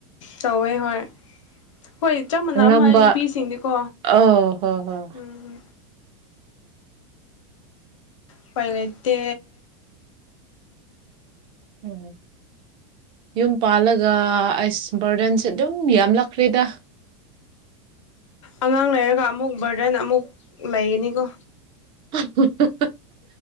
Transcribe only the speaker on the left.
ꯇꯧꯋꯦ ꯍꯣꯏ ꯈꯣꯏ ꯆꯞ ꯃꯥꯟꯅꯕ
ꯃꯥꯜꯂꯦ ꯅꯨꯄꯤꯁꯤꯡꯗꯤꯀꯣ
ꯎꯝ ꯎꯄꯥꯏ ꯂꯩꯇꯦ
ꯑꯉꯥꯡ ꯂꯩꯔꯒꯥ ꯑꯃꯨꯛ ꯕꯔꯗꯟ ꯑꯃꯨꯛ ꯂꯩꯒꯅꯤꯀꯣ